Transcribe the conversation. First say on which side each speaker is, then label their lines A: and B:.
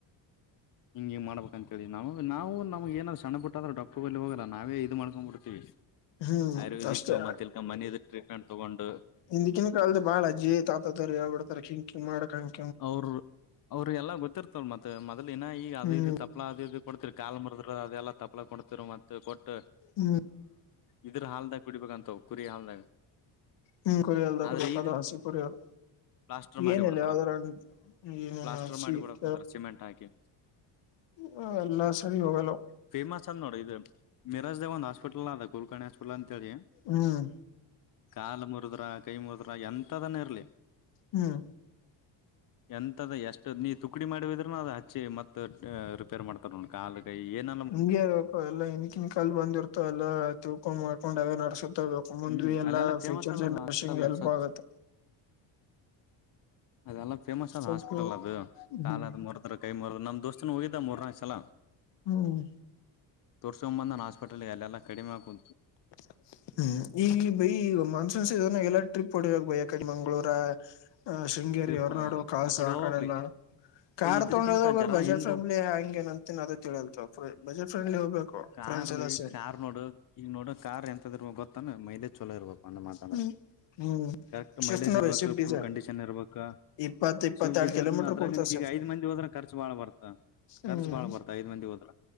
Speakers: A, on the left (about 45°); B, on the left (about 60°).
A: ಹಿಂಗ್ ಹಿಂಗ್ ಮಾಡಬೇಕ ಅಂತೇಳಿ ನಾವ್ ನಾವು ನಮಗೆ ಏನ ಸಣ್ಣ ಪುಟ್ಟ ಅದ್ರ ಡಾಕ್ಟರ್ ಬಲ್ಲಿ ಹೋಗೋಲ್ಲ ನಾವೇ ಇದು ಮಾಡ್ಕೊಂಡ ಬಿಡ್ತೀವಿ.
B: ಹ್ಮ್
A: ಆಯುರ್ವೇದಿಕ್
B: ಅಷ್ಟೇ
A: ಮತ್ತೆಲ್ಕ ಮನಿದ ಟ್ರೀಟ್ಮೆಂಟ್ ತಗೊಂಡು.
B: ಹಿಂದಿಕ್ಕಿನ ಕಾಲದ ಬಾಳ ಅಜ್ಜಿ ತಾತ ತರ ಹೇಳ್ಬಡ್ತ ಕಿಂಕಿಂಗ ಮಾಡಕೊಂಡು
A: ಅವರ ಅವರಿಗ್ ಎಲ್ಲಾ ಗೊತ್ತಿರ್ತಲ್ ಮತ್ತ ಮೊದ್ ಏನ ಈಗ ಅದ
B: ಹ್ಮ್
A: ಇದು ತಪ್ಲಾ ಅದು ಇದು ಕೊಡ್ತೀರ ಕಾಲ್ ಮರದರ ಅದೆ ಎಲ್ಲ ತಪ್ಪಲ ಕೊಡ್ತೀರ ಮತ್ತ್ ಕೊಟ್ಟ
B: ಹ್ಮ್
A: ಇದ್ರ ಹಾಲ್ದಾಗ ಕುಡಿಬೇಕಂತ ಕುರಿ ಹಾಲ್ದಾಗ
B: ಹ್ಮ ಕುರಿಲ್ದ
A: ಆದ್ರೆ
B: ಕುಡ ಕದ
A: ಈಗ
B: ಹಸಿ ಕುರಿಯಲ್
A: ಪ್ಲಾಸ್ಟರ್ ಮಾಡಿ
B: ಏನಿಲ್ಲ
A: ಬಿಡ್ತಾರ
B: ಯಾವದರ <unintelligible> ಏನ್
A: ಪ್ಲಾಸ್ಟರ್
B: ಮಾನಸಿಕ.
A: ಮಾಡಿ ಬಿಡಕ್ ಅಂತಾರ ಸಿಮೆಂಟ್ ಹಾಕಿ
B: ಹ ಎಲ್ಲ ಸರಿ ಹೋಗಲ್ಲ ಅವ್.
A: ಫೇಮಸ್ ಅದ ನೋಡ ಇದು ಮೀರಾಜ್ ದಾಗ್ ಒಂದ್ ಹಾಸ್ಪಿಟಲ್ ಅದ ಕೋಲ್ಕರ್ಣಿ ಹಾಸ್ಪಿಟಲ್ ಅಂತೇಳಿ
B: ಹ್ಮ್
A: ಕಾಲ್ ಮುರದ್ರ ಕೈ ಮುರದ್ರ ಎಂತದಾನ ಇರಲಿ
B: ಹ್ಮ್
A: ಎಂತದ ಎಷ್ಟು ನೀ ತುಕಡಿ ಮಾಡಿದ್ರನು ಅದು ಹಚ್ಚಿ ಮತ್ತ ರಿಪೇರ್ ಮಾಡ್ತಾರ ಕಾಲ ಕೈ ಏನ್
B: ಹಿಂಗೆ ಇರ್ಬೆಕ್ ಎಲ್ಲ ಹಿಂದಕಿನ್ ಕಾಲ್ ಬಂದಿರ್ತ ಅಲ್ಲ ತಿಳ್ಕೊಂಡ್ ಮಾಡ್ಕೊಂಡ್ ಅವೇ ನಡೆಸುತ್ತ ಹೋಗ್ಬೇಕ್ ಮುಂದ
A: ಹ್ಮ್
B: ಎಲ್ಲಾ
A: ಅಲ್ಲೆಲ್ಲಾ ಫೇಮಸ್
B: ಫ್ಯೂಚರ್
A: ಅದ
B: ಜನರೇಷನ್ಗೆ
A: ಹಾಸ್ಪಿಟಲ್
B: ಎಲ್ಪ್
A: ಸ್ವಚ್
B: ಆಗುತ್ತೆ.
A: ಅದೆಲ್ಲಾ ಫೇಮಸ್ ಅದ
B: ಸ್ವಲ್ಪ
A: ಹಾಸ್ಪಿಟಲ್ ಅದ
B: ಹ್ಮ್
A: ಕಾಲ ಅದ ಮರದ್ರ ಕೈ ಮರದ್ ನಮ್ ದೋಸ್ತನ ಹೋಗಿದ್ದ ಮೂರ್ನಾಲ್ಕು ಸಲ.
B: ಹ್ಮ
A: ತೋರಿಸ್ಕೊಂಡ್ ಬಂದನ್ ಹಾಸ್ಪಿಟಲ್ ಅಲ್ಲ ಎಲ್ಲಾ ಕಡಿಮೆ ಕುಂತು
B: <inaudible> ಹ್ಮ್ ಈಗ ಬೈ ಮಾನ್ಸೂನ್ ಸೀಸನ್ ಆಗಿಲ್ಲ ಟ್ರಿಪ್ ಹೊಡಿವ ಬಾ ಯಕಡಿ ಮಂಗಳೂರ ಆ ಶೃಂಗೇರಿ
A: ಟ್ರಿಪ್
B: ಹೊರ್ನಾಡು ಕಾಸ
A: ಕಡೆ
B: ಆ
A: ಹೋಗಕ್
B: ಕಡ
A: ಬಿ
B: ಎಲ್ಲಾ. ಕಾರ್
A: ಇದ್ರಕಿಂತ
B: ತಗೊಂಡ ಹೋಗದೊ
A: ಜರಾ
B: ಬಜೆಟ್
A: ಹಿಂದು
B: ಫ್ರೆಂಡ್ಲಿ ಹೆಂಗ ಏನ ಅಂತಿನ್ ಅದ ತಿಲೇಲ್ದ ಬಜೆಟ್ ಫ್ರೆಂಡ್ಲಿ ಹೋಗ್ಬೇಕು.
A: ಕಾರ್
B: ಫ್ರೆಂಡ್ಸ್
A: ಬೈ
B: ಎಲ್ಲ ಸೇರಿ
A: ಕಾರ್ ನೋಡು ಈಗ ನೋಡು ಕಾರ್ ಎಂತದ ಇರ್ಬೆಕ್ ಗೊತ್ತೇನ ಮೈಲೇಜ್ ಚಲೋ ಇರ್ಬೇಕು ಒಂದ ಮಾತಂದ್ರ
B: ಹ್ಮ್ ಹ್ಮ್
A: ಕರೆಕ್ಟ್
B: ಶಿಫ್ಟ್
A: ಮೈಲೇಜ್
B: ನೋಡಿ
A: ಇರ್ಬೇಕ
B: ಶಿಫ್ಟ್ ಡೀಸೆಲ್
A: ಫುಲ್ ಕಂಡೀಷನ್ ಇರ್ಬೇಕ
B: ಇಪ್ಪತ್ ಇಪ್ಪತ್ತೆರಡು
A: ಸ್ವಿಫ್ಟ್ ಡಿಸೈರ್
B: ಕಿಲೋಮೀಟರ್
A: ನ ಅದರಾಗ್
B: ಕೊಡ್ತಾವ
A: ಈಗ
B: ಶಿಫ್ಟ್
A: ಐದ ಮಂದಿ ಹೋದ್ರ ಖರ್ಚ ಬಾಳ ಬರ್ತುದ್
B: ಹ್ಮ್
A: ಖರ್ಚು ಬಾಳ ಬರ್ತಾ ಐದ ಮಂದಿ ಹೋದ್ರ